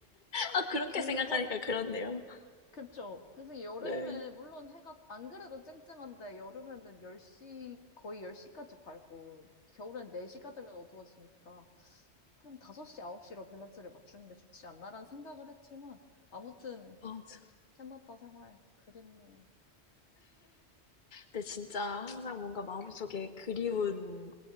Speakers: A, on the left; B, on the left.
A: 아
B: <laughs>
A: 그렇게
B: 그것
A: 생각하니까 그렇네요.
B: 그쵸. 그래서 여름에,
A: 네.
B: 물론 해가, 안 그래도 쨍쨍한데, 여름에는 10시, 거의 10시까지 밝고, 겨울엔 4시가 되면 어두워지니까, 그냥 5시, 9시로 밸런스를 맞추는 게 좋지 않나라는 생각을 했지만, 아무튼,
A: 맞아.
B: 캐나다 생활 그립네요.
A: 근데 진짜 항상 뭔가 마음속에 그리운